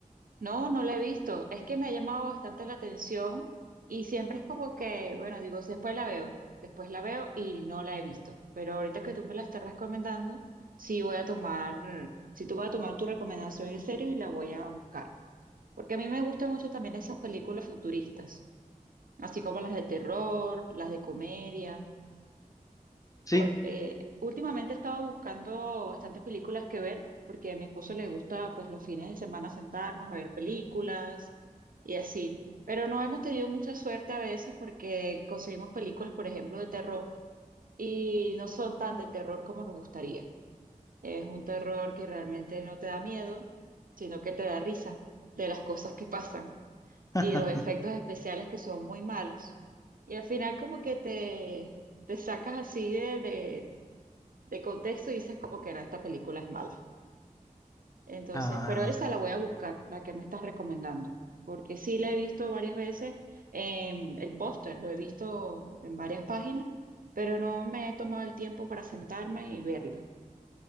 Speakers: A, on the right (about 75°); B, on the left (about 25°).
A: No, no la he visto. Es que me ha llamado bastante la atención y siempre es como que, bueno, digo, después la veo, después la veo y no la he visto. Pero ahorita que tú me la estás recomendando, sí voy a tomar, sí tú voy a tomar tu recomendación en serio y la voy a buscar. Porque a mí me gustan mucho también esas películas futuristas, así como las de terror, las de comedia.
B: Sí.
A: por- eh, últimamente estaba buscando bastantes películas que ver, porque a mi esposo le gusta, pues, los fines de semana sentarnos a ver películas y así. Pero no hemos tenido mucha suerte a veces porque conseguimos películas, por ejemplo, de terror y no son tan de terror como nos gustaría. Es un terror que realmente no te da miedo, sino que te da risa de las cosas que pasan y
B: <laughs>
A: los efectos especiales que son muy malos. Y al final como que te, te sacas así de, de- de contexto y dices como que no, esta película es mala. Entonces,
B: Ah,
A: pero esa la voy a buscar, la que me estás recomendando, porque sí la he visto varias veces, en el póster lo he visto en varias páginas, pero no me he tomado el tiempo para sentarme y verla.